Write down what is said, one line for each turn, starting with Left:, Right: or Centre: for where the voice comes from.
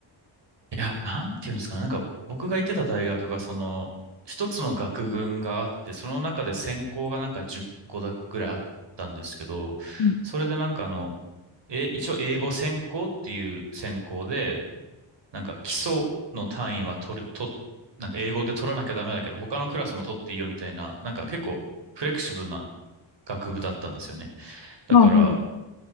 Right: いや、なんていうんですかね。なんか、僕が行ってた大学が、その、一つの学群があって、その中で専攻がなんか10個だぐらいあったんですけど、
Left: うん
Right: それでなんかあの、え、一応英語専攻っていう専攻で、なんか基礎の単位は取る、と、なんか英語で取らなきゃダメだけど、他のクラスも取っていいよみたいな、なんか結構フレキシブルな学部だったんですよね。だから、
Left: あ、はい。